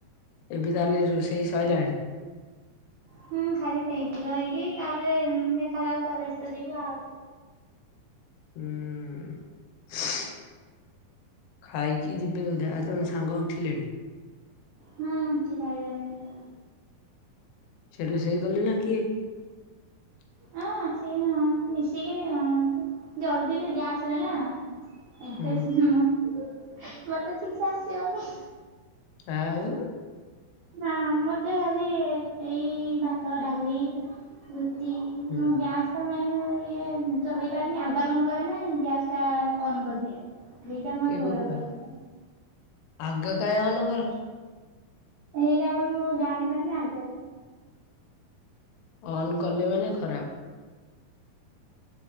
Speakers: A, on the left; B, on the right.
A: ଏବେ ତାହେଲେ ରୋଷେଇ ସଇଲାଣି?
B: ହୁଁ ଖାଲି ସେଇତିକ ହେଇଛିି ତାପରେ ଦେଖାଯାଉ କଲେଜ୍ ତ ଯିବୁ ଆଉ।
A: ଉଁ। ଖାଇକି ଯିବେ ବୋଧେ ଆଉ ତମ ସାଙ୍ଗ ଉଠିଲେଣି।
B: ହୁଁ ଉଠି ସାଇଲେଣୀ ଏ
A: ସେଠୁ ସେଇ କଲେ ନା କିଏ? <inaudible>
B: ଆଁ ଆସିକିନି ହଁ ମିଶିକିନି ଅ ଜଲଦି ଗ୍ୟାସ୍ ରେ ନାଁ? ଏତେ
A: ହୁଁ
B: ସିଗ୍ର ମତେ ମତେ ଠିକ୍ ସେ ଆସିବନି।
A: ଆଉ?
B: ନାଁ ମତେ ଖାଲି ଏଇ ଭାତ, ଡାଲି ରୁଟି
A: ହୁଁ
B: ଉଁ ଗ୍ୟାସ୍ ତ ମେନ୍ ଇଏ ଚଲେଇ ପାରେନି ଆଗୁଆ କଣ କରେ ନା ଗ୍ୟାସ୍ ଟା ଅନ୍ କରିଦିଏ। ସେଇଟା ମୋର
A: ଏ
B: ବଡ
A: ବୋ
B: ପ୍ରୋବ୍ଲେମ୍
A: ପା ଆଗୁଆ କାଇଁ ଅନ୍ କର?
B: ସେଇଟା ପା ମୁଁ ଜାଣିପାରୁନି ଆଗୁଆ କ
A: ଅନ୍ କଲେ ମାନେ ଖରାପ୍।